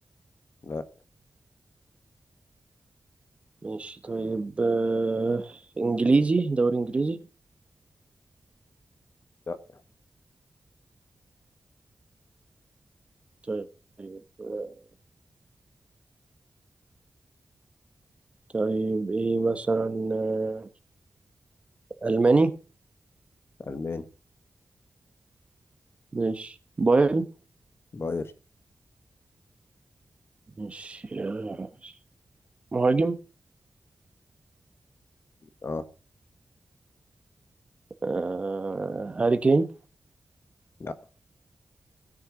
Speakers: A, on the left; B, on the right.
A: لا
B: ماشي طيب آه انجليزي دوري انجليزي
A: لا
B: طيب آه، طيب ايه مثلا آه، ألماني
A: الماني
B: ماشي بايرن
A: باير
B: ماشي آه، مهاجم
A: اه
B: آه هاري كين
A: لا